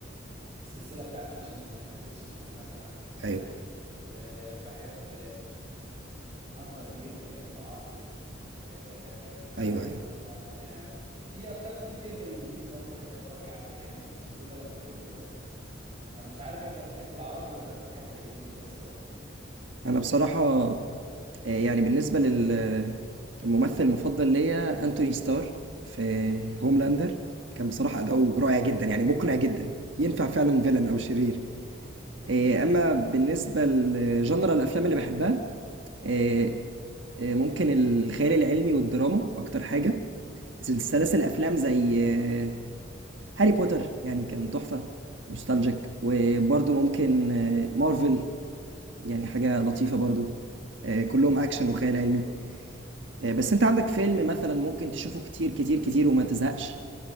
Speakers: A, on the right; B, on the right.
A: السلسلة بتاعت ميشن امبوسيبل دي مثلا بحبها
B: ايوه
A: وبحب هانتر جيم تقريبا لو عارفه آه، بحب
B: ايوه ايوه
A: مثلا آه، في افلام كتير جدا انجليزي برضو بحب اتفرج عليها يعني بس دول اللي انا فاكرهم دلوقتي آه، مش عارف انت بتحب العربي ولا انت بتحب الانجليزي بس ولا ايه
B: انا بصراحة آه، يعني بالنسبة للممثل المفضل ليا انتوني ستار في هوملاندر كان بصراحة أداؤه رائع جدا يعني مقنع جدا ينفع فعلا فيلن أو شرير آه، أما بالنسبة لجنرال الأفلام اللي بحبها آه، آه، ممكن الخيال العلمي والدراما أكتر حاجة سلاسل أفلام زي آه، هاري بوتر يعني كان تحفة نوستالجيك وبرضه ممكن آه، مارفل يعني حاجة لطيفة برضو آه، كلهم أكشن وخيال علمي آه، بس أنت عندك فيلم مثلا ممكن تشوفه كتير كتير كتير وما تزهقش